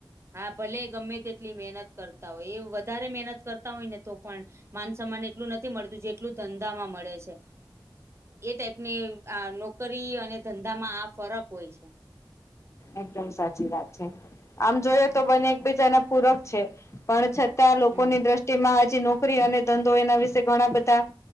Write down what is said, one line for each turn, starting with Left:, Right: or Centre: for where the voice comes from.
Right: હા, ભલે ગમે તેટલી મહેનત કરતા હોય. એ વધારે મહેનત કરતા હોય ને તો પણ- માન સન્માન એટલું નથી મળતું, જેટલું ધંધામાં મળે છે. એ ટાઈપ ની, આ નોકરી અને ધંધામાં આ ફરક છે.
Left: એકદમ સાચી વાત છે. આમ, જોયએ તો બને એકબીજા ના પૂરક છે. પણ છતાં,
Right: હમ
Left: લોકોની દ્રષ્ટિમાં હજી નોકરી અને ધંધો એના વિશે ઘણા બધા-